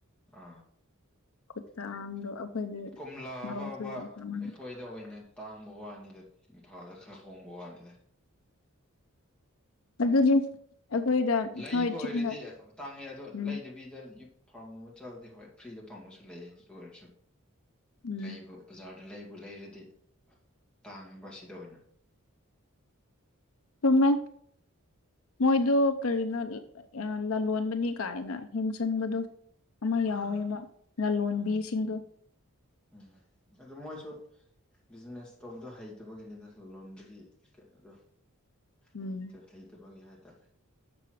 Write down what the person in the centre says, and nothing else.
ꯑ
ꯑ
ꯀꯣꯝꯂꯥ
ꯐꯥꯎꯕ
ꯑꯩꯈꯣꯏꯗ ꯑꯣꯏꯅ ꯇꯥꯡꯕ ꯋꯥꯅꯤꯗ ꯏꯝꯐꯥꯜꯗ ꯈꯔ ꯍꯣꯡꯕ ꯋꯥꯅꯤꯗ
ꯂꯩꯕ
ꯑꯣꯏꯔꯗꯤ
ꯇꯥꯡꯉꯦ ꯑꯗꯣ
ꯂꯩꯗꯕꯤꯗ <unintelligible> ꯍꯣꯏ ꯐ꯭ꯔꯤꯗ ꯐꯪꯕꯁꯨ ꯂꯩꯌꯦ ꯑꯗꯨ ꯑꯣꯏꯔꯁꯨ
ꯂꯩꯕ ꯕꯖꯥꯔ ꯗ ꯂꯩꯕꯨ ꯂꯩꯔꯗꯤ ꯇꯥꯡꯉꯦꯕ ꯁꯤꯗ ꯑꯣꯏꯅ
ꯑꯥ
ꯎꯝ
ꯎꯝ ꯑꯗꯨ ꯃꯣꯏꯁꯨ ꯕꯤꯖꯤꯅꯦꯁ ꯇꯧꯕꯗꯣ ꯍꯩꯇꯕꯒꯤꯅꯤꯗ ꯂꯂꯣꯟꯕꯒꯤ ꯀꯩꯅꯣꯗꯣ
ꯍꯩꯇꯦ ꯍꯩꯇꯕꯒꯤ ꯍꯥꯏꯇꯔꯦ